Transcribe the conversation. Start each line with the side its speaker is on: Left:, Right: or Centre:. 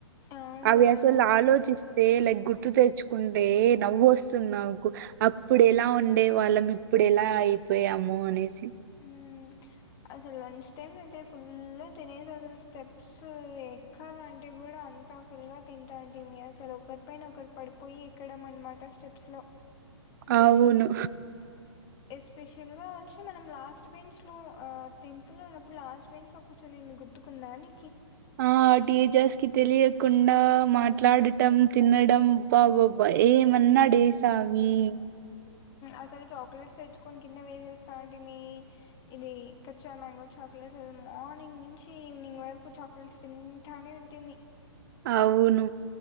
Left: అవును
Right: అవి
Left: లంచ్
Right: అసలు
Left: టైం
Right: ఆలోచిస్తే లైక్ గుర్తు తెచ్చుకుంటే నవ్వు వస్తుంది నాకు అప్పుడు ఎలా ఉండే వాళ్ళం ఇప్పుడెలా ఇపోయాము అనేసి
Left: హ అసలు లంచ్ టైమ్ లేయితే ఫుల్ తినేసి అసలు స్టెప్స్ ఎక్కాలంటే కూడా అంత త్తాఫుల్గా తింటాం మీ అసలు ఒకరిపైన ఒకరు పడిపోయి ఎక్కడం అనమాట స్టెప్స్లో
Right: అవున
Left: ఎస్పెషల్గా వచ్చి మనం లాస్ట్ బెంచ్ లో టెన్త్ లో ఉన్నప్పుడు లాస్ట్ బెంచ్ లో కూర్చొనినేందు గుర్ గుర్తుకుందాని
Right: ఆ టీచర్స్ కీ తెలియకుండా మాట్లాడటం తినడం బాబాబ్బా ఏమన్నా డేస్ అ హ్మ్
Left: అసలు చాక్లెట్స్ తెచ్చుకొని కింద వేసేస్తా అంటడి మీ ఇది కచ్చా మ్యాంగో చ చాక్లెట్స్ అ మార్నింగ్ నుంచి ఈవినింగ్ వరకు చాక్లెట్స్ తింటానే ఉంటిమి
Right: అవును